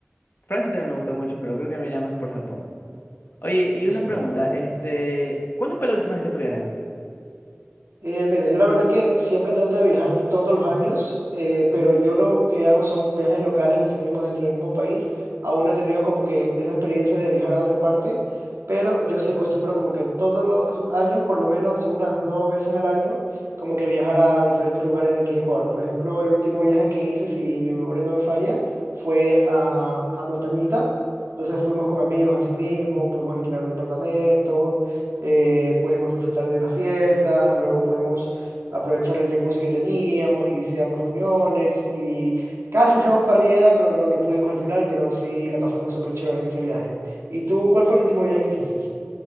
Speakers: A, on the left (about 50°); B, on the right (about 80°).
A: Francia también me gusta mucho, pero creo que me iría más por Japón. Oye, y
B: excelente.
A: una pregunta, este, ¿cuándo fue la última vez que tú viajaste?
B: Eh, mira, yo la verdad que siempre trato de viajar todos los años, eh, pero yo lo que hago son viajes locales, así mismo dentro del mismo país. Aún no he tenido como que esa experiencia de viajar a otra parte, pero yo sí acostumbro como que todos los años, por lo menos unas dos veces al año, como que viajar a diferentes lugares de aquí de Ecuador. Por ejemplo, el último viaje que hice, si mi memoria no me falla, fue a, a Montañita. Entonces fuimos con amigos así mismo, pudimos alquilar un departamento eh, pudimos disfrutar de las fiestas, luego pudimos aprovechar el jacuzzi que teníamos y hicimos reuniones y casi hacemos parrillada, pero no, no pudimos al final, pero sí la pasamos súper chévere en ese viaje. ¿Y tú cuál fue el último viaje que hiciste?